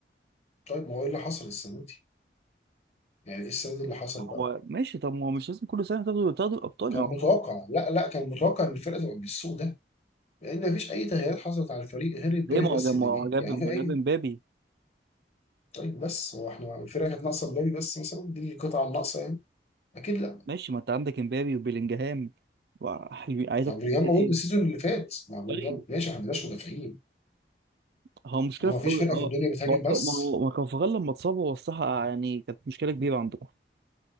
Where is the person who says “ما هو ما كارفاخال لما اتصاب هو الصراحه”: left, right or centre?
Right